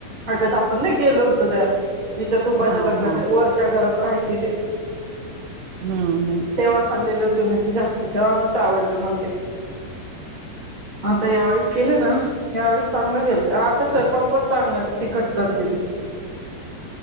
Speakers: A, on the right (about 20°); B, on the right (about 80°).
A: कस आपण ना गेल होत त्या तिच्या तुपाच्या
B: हा
A: लग्नाच्या
B: हा
A: वरच्या घरात राहायची ते...
B: हम्म हम्म
A: तेव्हा खाल्लेले होते मी तिच्या आातचे तेव्हा न्हवत आवडल मला ते आता यावेळेस केले ना यावेेळेस चांगलं केलं ते आता स्वयपाक पण चांगलं तिखट करते ते...